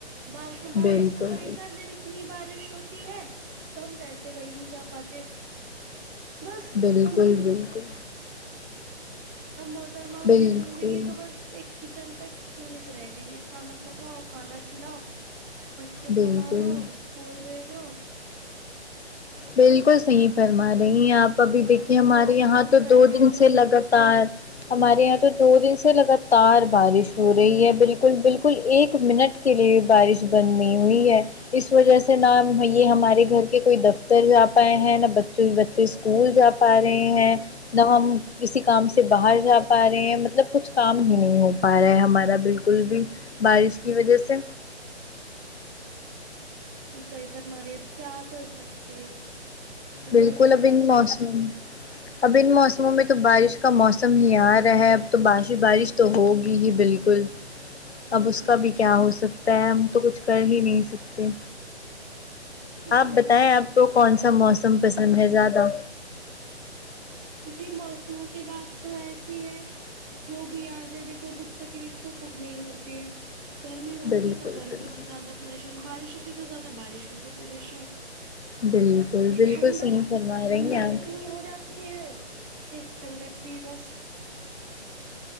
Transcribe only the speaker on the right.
بارش میں بارش
سے پریشان جب اتنی بارش ہوتی ہے تو ہم ویسے کہیں نہیں جا پاتے بس
ہم
ہم محترماں
کی زندگی تو بس ایک کچن تک ہی سیمت رہ گئی ہے کھانا پکاؤ کھانا کھلاؤ بچے
سنبھالو اسکول بھیجو
شوہروں
کو
دفتر
بھیجو
جی جی تم صحیح فرمارہی ہے اب کیا کر سکتے ہیں
جیسے اللہ
چاہے
جی
جی
کچھ
نہیں
کر
سکتے
جی موسموں کی بات تو ایسی ہے جو بھی آجاے دیکھو دکھ تکلیف تو سب میں ہی ہوتے ہیں گرمی ہوتی
ہے تو گرمی
سے زیادہ پریشان بارش ہوتی ہے تو زیادہ بارشوں سے پریشان
ٹھنڈک
ٹھنڈک
کتنی ہو جاتی ہے کہ ٹھنڈک بھی بس